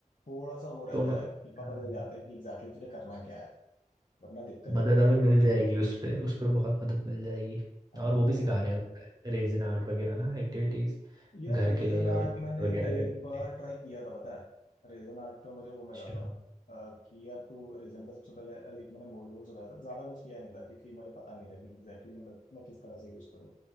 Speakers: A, on the left; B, on the right.
A: थोड़ा सा वो रहता
B: तो मतलब
A: है कि पता
B: हम्म,
A: चल जाता है कि एग्जैक्टली exactly तुझे करना क्या है वरना दिक्कत ही
B: मदद
A: होती
B: हमें
A: है
B: मिल जाएगी उस पे उस पे बहुत मदद मिल जाएगी
A: हाँ
B: और वो भी सिखा रहे हैं रेजिन आर्ट वगैरह ना एक्टिविटीज
A: यार
B: घर
A: रेजन
B: के लिए
A: आर्ट
B: और गिफ्ट
A: मैंने
B: वगैरह
A: एक
B: करने
A: बार
B: के लिए
A: ट्राई किया था पता है रेजन आर्ट पे मुझे वो मिला
B: अच्छा
A: था अ, कि यार तू रेजन का सबसे पहले लाइक मैंने मोल्ड वोल्ड चलाया था ज्यादा कुछ किया नहीं था क्योंकि मुझे पता नहीं था कि एग्जैक्टली मतलब मैं किस तरह से यूज करूँ